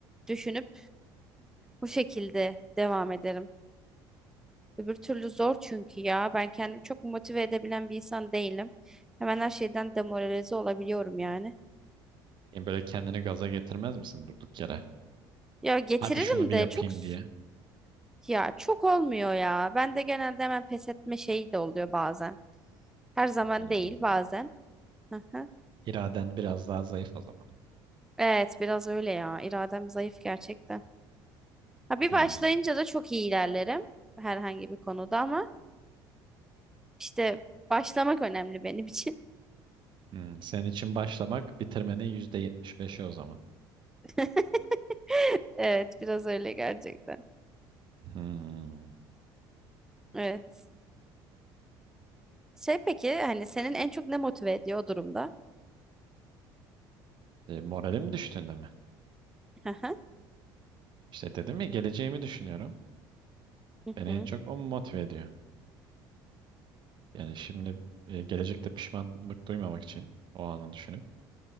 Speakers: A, in the centre; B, on the right (about 50°).
A: düşünüp bu şekilde devam ederim. Öbür türlü zor çünkü ya ben kendimi çok motive edebilen bir insan değilim. Hemen her şeyden demoralize olabiliyorum yani.
B: yani böyle kendini gaza getirmez misin durduk yere?
A: Ya getiririm
B: Hadi şunu bir
A: de
B: yapayım
A: çok s-
B: diye.
A: ya çok olmuyor ya. Ben de genelde hemen pes etme şeyi de oluyor bazen. Her zaman
B: Hmm.
A: değil bazen. Hı hı.
B: İraden biraz daha zayıf o zaman.
A: Evet biraz öyle ya. İradem zayıf gerçekten. Ha, bir
B: Hmm.
A: başlayınca da çok iyi ilerlerim herhangi bir konuda ama işte başlamak önemli benim için.
B: Hmm, Senin için başlamak bitirmenin %75'i o zaman.
A: <laughs> Evet, biraz öyle gerçekten.
B: Hmm.
A: Evet. Şey peki hani senin en çok ne motive ediyor o durumda?
B: E, moralim düştüğünde mi?
A: Hı hı.
B: İşte dedim ya geleceğimi düşünüyorum.
A: Hı
B: Beni
A: hı.
B: en çok o motive ediyor. Yani şimdi e, gelecekte pişmanlık duymamak için o anı düşünüp.